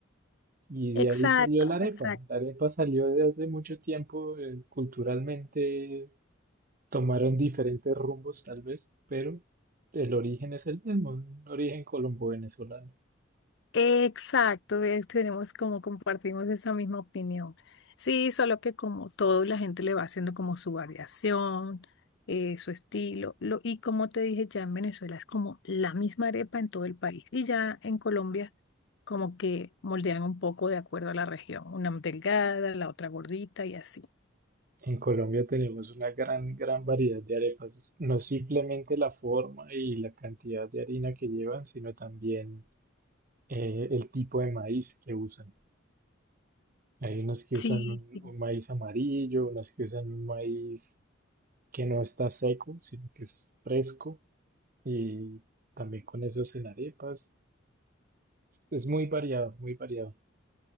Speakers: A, on the right (about 45°); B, on the left (about 65°).
A: Y
B: Exacto,
A: de ahí salió la arepa.
B: exacto.
A: La arepa salió de hace mucho tiempo, eh, culturalmente Tomaron diferentes rumbos tal vez, pero el origen es el mismo, un origen colombo-venezolano.
B: Exacto, ves, tenemos como compartimos esa misma opinión. Sí, solo que como todo, la gente le va haciendo como su variación, eh, su estilo. Lo, y como te dije, ya en Venezuela es como la misma arepa en todo el país. Y ya en Colombia como que moldean un poco de acuerdo a la región. Una delgada, la otra gordita y así.
A: En Colombia tenemos una gran, gran variedad de arepas, no simplemente la forma y la cantidad de harina que llevan, sino también eh, el tipo de maíz que usan. Hay unas que
B: Sí,
A: usan un,
B: sí.
A: un maíz amarillo, unas que usan un maíz que no está seco, sino que es fresco, y también con eso hacen arepas. Es muy variado, muy variado.